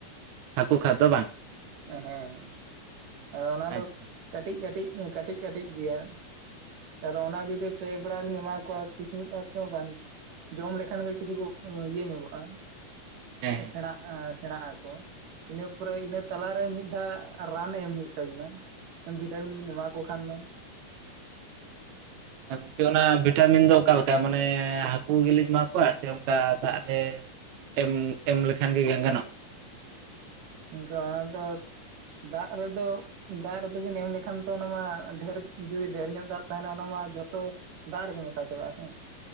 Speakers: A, on the right; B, on the right.
A: ᱦᱟᱹᱠᱩ ᱠᱷᱟᱫᱽᱫᱚ ᱵᱟᱝ
B: ᱦᱮᱸ ᱟᱫᱚ ᱚᱱᱟ
A: ᱟᱪᱪᱷᱟ
B: ᱫᱚ ᱠᱟᱹᱴᱤᱡ ᱠᱟᱹᱴᱤᱡ ᱠᱟᱹᱴᱤᱡ ᱠᱟᱹᱴᱤᱡ ᱜᱮᱭᱟ ᱟᱫᱚ ᱚᱱᱟ ᱡᱩᱫᱤ ᱯᱮ ᱵᱮᱲᱟ ᱵᱮᱱ ᱮᱢᱟ ᱠᱚᱣᱟ ᱠᱤᱥ ᱛᱮᱚᱸ ᱵᱟᱝ ᱡᱚᱢ ᱞᱮᱠᱷᱟᱱ ᱜᱮ ᱠᱤᱪᱷᱩ ᱠᱚ ᱤᱭᱟᱹ ᱧᱚᱜᱚᱜᱼᱟ
A: ᱦᱮᱸ
B: ᱥᱮᱬᱟᱜ ᱥᱮᱬᱟᱜ ᱟᱠ ᱤᱱᱟᱹ ᱯᱚᱨᱮ ᱤᱱᱟᱹ ᱛᱟᱞᱟᱨᱮ ᱢᱤᱫ ᱫᱷᱟᱣ ᱨᱟᱱ ᱮᱢ ᱦᱩᱭᱩᱜ ᱛᱟᱵᱤᱱᱟ ᱵᱷᱤᱴᱟᱢᱤᱱ ᱵᱮᱱ ᱮᱢᱟ ᱠᱚ ᱠᱷᱟᱱ ᱫᱚ
A: ᱜᱚᱝᱠᱮ ᱚᱱᱟ ᱵᱷᱤᱴᱟᱢᱤᱱ ᱫᱚ ᱚᱠᱟᱞᱮᱠᱟ ᱛᱟ ᱢᱟᱱᱮ ᱦᱟᱹᱠᱩ ᱜᱮᱞᱤᱧ ᱮᱢᱟ ᱠᱚᱣᱟ ᱥᱮ ᱚᱱᱠᱟ ᱫᱟᱜ ᱨᱮ ᱮᱢ ᱮᱢ ᱞᱮᱠᱷᱟᱱ ᱜᱮ ᱜᱟᱱᱚᱜᱼᱟ
B: ᱜᱟᱣᱟᱸ ᱫᱚ ᱫᱟᱜ ᱨᱮᱫᱚ ᱫᱟᱜ ᱨᱮᱫᱚᱵᱤᱱ ᱮᱢ ᱞᱮᱠᱷᱟᱱ ᱛᱚ ᱚᱱᱟ ᱢᱟ ᱰᱷᱮᱨ ᱡᱩᱫᱤ ᱰᱷᱮᱨ ᱧᱚᱜ ᱫᱟᱜ ᱛᱟᱦᱮᱱᱟ ᱚᱱᱟ ᱢᱟ ᱡᱷᱚᱛᱚ ᱫᱟᱜ ᱨᱮᱜᱮ ᱢᱮᱥᱟ ᱪᱟᱵᱟ ᱟᱥᱮ